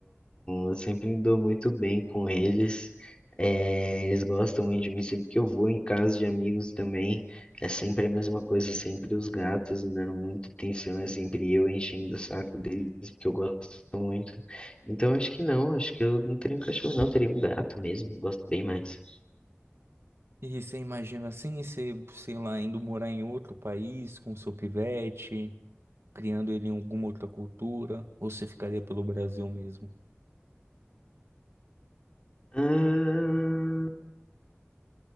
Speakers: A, on the left (about 25°); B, on the right (about 70°).
A: eu sempre me dou muito bem com eles. É, eles gostam muito de mim, sempre que eu vou em casa de amigos também, é sempre a mesma coisa, sempre os gatos me dando muita atenção, é sempre eu enchendo o saco deles, porque eu gosto muito. Então acho que não, acho que eu não teria um cachorro, não, eu teria um gato mesmo, eu gosto bem mais.
B: E você imagina assim, você, sei lá, indo morar em outro país com seu pivete, criando ele em alguma outra cultura, ou você ficaria pelo Brasil mesmo?
A: Ah,